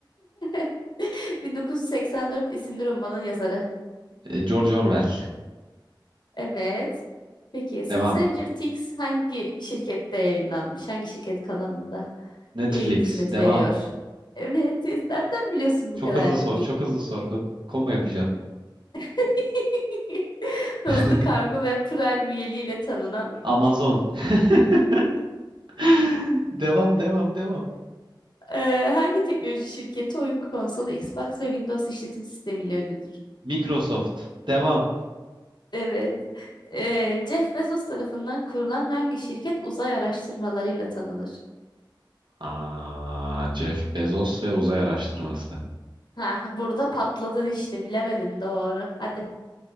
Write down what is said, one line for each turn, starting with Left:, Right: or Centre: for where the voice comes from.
Left: <laughs> 1984 isimli romanın yazarı.
Right: Ee, George Orwell.
Left: Evet. Peki Stranger
Right: Devam.
Left: Things hangi şirkette yayınlanmış? Hangi şirket kanalında
Right: Netflix.
Left: yayın hizmeti
Right: Devam.
Left: veriyor? Evet. Nereden biliyorsun
Right: Çok
Left: bu kadar
Right: hızlı
Left: bilgiyi?
Right: sor. Çok hızlı sor. Hı- combo yapacağım.
Left: <laughs> Hızlı
Right: <laughs>
Left: Kargo ve Prime üyeliğiyle tanınan
Right: Amazon. <laughs> <laughs> Devam, devam, devam.
Left: eee, hangi teknoloji şirketi oyun konsolu, Xbox ve Windows işletim sistemiyle ünlüdür?
Right: Microsoft. Devam.
Left: Evet. Eee, Jeff Bezos tarafından kurulan hangi şirket uzay araştırmalarıyla tanınır?
Right: Aa, Jeff Bezos ve uzay araştırması.
Left: Ha, burada patladın işte bilemedin doğru. Hadi.